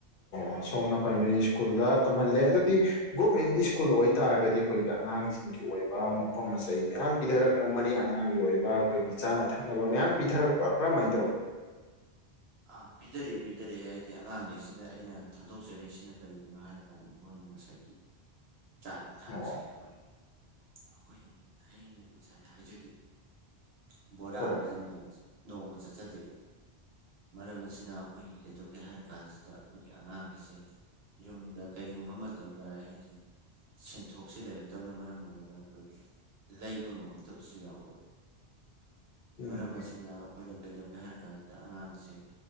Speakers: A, on the left (about 60°); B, on the right (about 65°).
A: ꯑꯣ ꯁꯣꯝꯅ ꯄ꯭ꯔꯥꯏꯃꯥꯔꯤ ꯁ꯭ꯀꯨꯜꯗ ꯇꯝꯍꯜꯂꯦ ꯑꯗꯨꯗꯤ ꯒꯣꯔꯃꯦꯟꯒꯤ ꯁ꯭ꯀꯨꯜ ꯑꯣꯏꯇꯥꯔꯒꯗꯤ ꯑꯩꯈꯣꯏꯒꯤ ꯑꯉꯥꯡꯁꯤꯡꯒꯤ ꯑꯣꯏꯕ ꯃꯄꯣꯠ ꯃꯆꯩ ꯃꯌꯥꯝ ꯄꯤꯊꯔꯛ ꯑꯝꯃꯅꯤ ꯑꯉꯥꯡꯒꯤ ꯑꯣꯏꯕ ꯑꯩꯈꯣꯏ ꯆꯥꯅ ꯊꯛꯅꯕ ꯃꯌꯥꯝ ꯄꯤꯊꯔꯛꯄ ꯀꯔꯝꯃꯥꯏꯅ ꯇꯧꯏ꯫
B: ꯑꯥ ꯄꯤꯗꯔꯛꯏ ꯄꯤꯗꯔꯛꯑꯦ ꯍꯥꯏꯗꯤ ꯑꯉꯥꯡꯈꯩꯁꯤꯗ ꯑꯩꯅ ꯊꯥꯗꯣꯛꯆꯔꯤꯁꯤꯅ ꯀꯔꯤꯒꯤꯅꯣ ꯍꯥꯏꯔ ꯀꯥꯟꯗ ꯃꯣꯏꯅ ꯉꯁꯥꯏꯒꯤ
A: <unintelligible> <inaudible>
B: ꯆꯥꯛ ꯌꯦꯟꯁꯥꯡꯁꯦ
A: ꯑꯣ
B: ꯑꯩꯈꯣꯏꯒꯤ ꯑꯩꯈꯣꯏꯗꯤ ꯑꯩꯅ ꯉꯁꯥꯏ ꯑꯩꯅ ꯍꯥꯏꯖꯈꯤꯕꯗꯣ꯫ ꯕꯣꯔꯥ
A: ꯍꯣꯏ
B: ꯑꯃꯁꯨꯡ
A: ꯍꯣꯏ
B: ꯅꯣꯡ ꯅꯣꯡꯃ ꯆꯠꯆꯗꯦ꯫ ꯃꯔꯝ ꯑꯁꯤꯅ ꯑꯩꯈꯣꯏꯒꯤ ꯀꯩꯗꯧꯒꯦ ꯍꯥꯏꯔ ꯀꯥꯟꯁꯤꯗ ꯑꯩꯈꯣꯏꯒꯤ ꯑꯉꯥꯡ ꯑꯁꯦ ꯌꯨꯝꯗ ꯀꯔꯤꯒꯨꯝꯕ ꯃꯇꯝꯗ ꯍꯥꯏꯗꯤ ꯁꯦꯟꯊꯣꯛꯁꯦ ꯂꯩꯔꯛꯇꯕꯅ ꯃꯔꯝ ꯑꯣꯏꯔꯒ ꯑꯩꯈꯣꯏꯒꯤ ꯂꯩꯕ ꯉꯝꯃꯛꯇꯕꯁꯨ ꯌꯥꯎꯋꯦ꯫
A: <unintelligible> <inaudible>
B: ꯃꯔꯝ ꯑꯁꯤꯅ
A: ꯎꯝ
B: ꯑꯩꯈꯣꯏꯅ ꯀꯩꯗꯧꯒꯦ ꯍꯥꯏꯔ ꯀꯥꯟꯁꯤꯗ ꯑꯉꯥꯡꯁꯦ